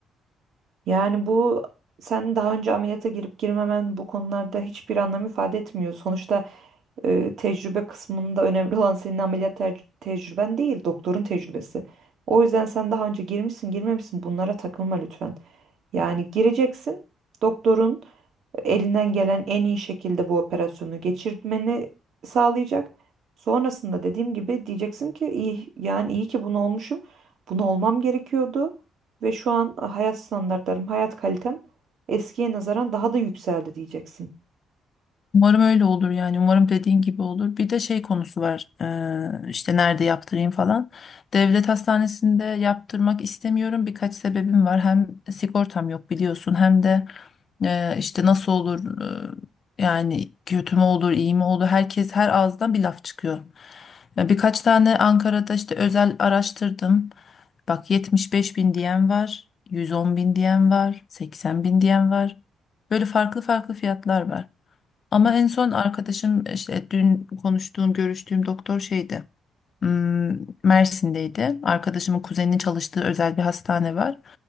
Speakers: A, on the right (about 65°); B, on the left (about 50°).
A: Yani bu sen daha önce ameliyata girip girmemen bu konularda hiçbir anlam ifade etmiyor. Sonuçta e, tecrübe kısmında önemli olan senin ameliyat ter- tecrüben değil, doktorun tecrübesi. O yüzden sen daha önce girmişsin, girmemişsin bunlara takılma lütfen. Yani gireceksin, doktorun elinden gelen en iyi şekilde bu operasyonu geçirmeni sağlayacak. Sonrasında dediğim gibi diyeceksin ki iyi yani iyi ki bunu olmuşum. Bunu olmam gerekiyordu ve şu an e, hayat standartlarım, hayat kalitem eskiye nazaran daha da yükseldi diyeceksin.
B: Umarım öyle olur yani. Umarım dediğin gibi olur. Bir de şey konusu var. Ee, işte nerede yaptırayım falan. Devlet hastanesinde yaptırmak istemiyorum. Birkaç sebebim var. Hem sigortam yok biliyorsun. Hem de e, işte nasıl olur e, yani kötü mü olur, iyi mi olur? Herkes her ağızdan bir laf çıkıyor. E, birkaç tane Ankara'da işte özel araştırdım. Bak 75 bin diyen var. 110 bin diyen var. 80 bin diyen var. Böyle farklı farklı fiyatlar var. Ama
A: Hmm.
B: en son arkadaşım işte dün konuştuğum, görüştüğüm doktor şeydi. hmm, Mersin'deydi. Arkadaşımın kuzeninin çalıştığı özel bir hastane var.